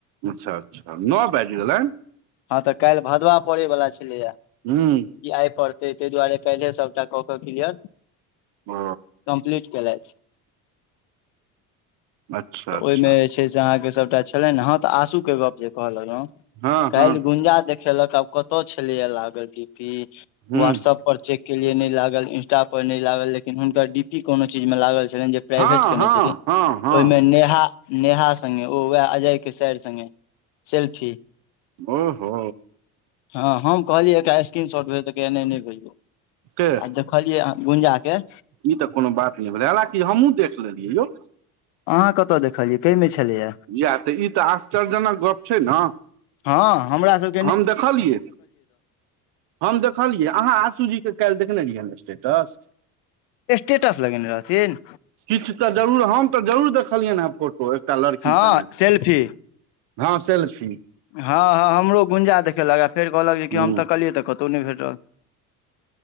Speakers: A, on the right; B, on the left.
A: अच्छऽ अच्छऽ नो बैज गेलैन
B: हँ तऽ काइल भदवा पेरेवला छलैय कि
A: हुँ
B: आइ पर तैय तैहि दुआरे काइले सभटा कऽ कऽ किलीयर
A: ओ
B: कंपलीट केलैथ
A: अच्छा
B: तऽ
A: अच्छा
B: ओइमे छै से अहाँकेँ सबटा छलैन हँ तऽ आसू केँ गप जे कहऽ लगलौ
A: हँ
B: काइल
A: हँ
B: गुंजा देखेलक आब कतह छलै यऽ लागल डी पी
A: हुँ
B: व्हाट्सअप पर चेक केलिये नय लागल इंस्टा पर नय लागल लेकिन हुनकर डी पी कोनो चीज मे लागल छलैल जे प्राइवेट
A: हँ
B: केने
A: हँ
B: छथिन
A: हँ हँ
B: ओहिमे नेहा नेहा संगे ओ वैह अजय केँ सैर संगे सेल्फी
A: ओ हो
B: हँ हम कहलियै एकरा स्क्रीन शॉट भेज तऽ कहैय यऽ नय नैय भेजबै
A: के
B: आ जब कहलियै हँ गुंजा केँ
A: ई तऽ कोनो बात नइ भेले हालकि हमहुँ देख लेलियै यौ
B: अहाँ कतऽ देखलियै कई मे छलैय
A: यैह ई तऽ आश्चर्यजनक गप छै नऽ
B: हँ हमरा सब
A: हम देखलियै हम देखलियै अहाँ आसूजीकेँ काइल देखने रहियै स्टेटस
B: स्टेटस लगेने रहथिन
A: किछ तऽ जरूर हम तऽ जरूर देखलियैन हे फोटो एकटा लड़की
B: हँ
A: संगे
B: सेल्फी
A: हँ सेल्फी
B: हँ हँ हमरो गुंजा देखेलक आ फेर कहलक जे
A: हूँ
B: कि हम ताकलियै तऽ कतहु नय भेटल